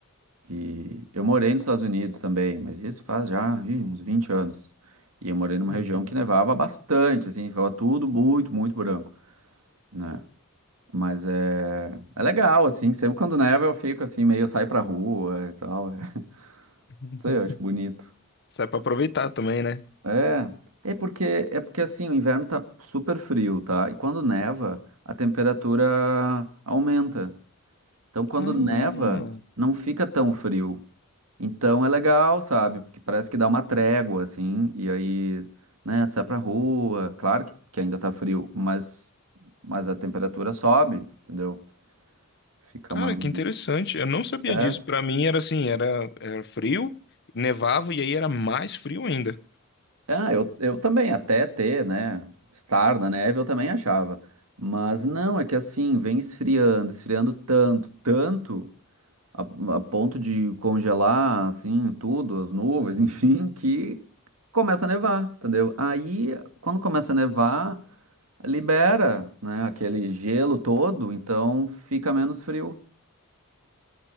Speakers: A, on the right; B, on the left.
A: E eu morei nos Estados Unidos também, mas isso faz já, ih, uns 20 anos. E eu morei numa
B: Uhum.
A: região que nevava bastante, assim, ficava tudo muito, muito branco, né? Mas é, é legal, assim, sempre quando neva eu fico assim, meio eu saio pra rua e tal, é, <laughs> não
B: <laughs>
A: sei, eu acho bonito.
B: Sai pra aproveitar também, né?
A: É, é porque é porque assim, o inverno tá super frio, tá? E quando neva, a temperatura aumenta. Então, quando
B: Ah,
A: neva, não fica tão frio. Então é legal, sabe? Porque parece que dá uma trégua, assim, e aí, né, tu sai pra rua. Claro que, que ainda tá frio, mas, mas a temperatura sobe, entendeu? Fica
B: cara,
A: mais.
B: que interessante. Eu não sabia
A: É.
B: disso. Pra mim era assim, era, era frio, nevava e aí era mais frio ainda.
A: Ah, eu, eu também, até ter, né? Estar na neve, eu também achava. Mas não, é que assim, vem esfriando, esfriando tanto, tanto, a, a ponto de congelar, assim, tudo, as nuvens, <laughs> enfim, que começa a nevar, entendeu? Aí, quando começa a nevar, libera, né, aquele gelo todo, então fica menos frio.